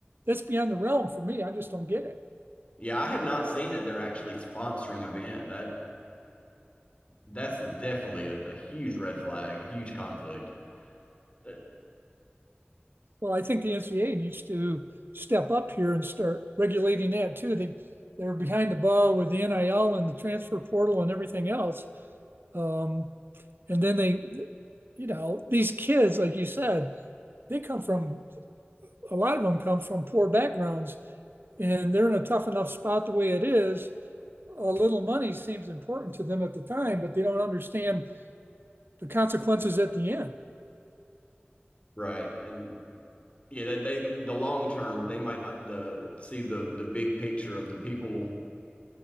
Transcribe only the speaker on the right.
that's beyond the realm for me. I just don't get it.
Well, I think the NCAA needs to step up here and start regulating that too. They they're behind the ball with the NIL and the transfer portal and everything else. Um, and then they, you know, these kids, like you said, they come from a lot of them come from poor backgrounds, and they're in a tough enough spot the way it is. A little money seems important to them at the time, but they don't understand the consequences at the end.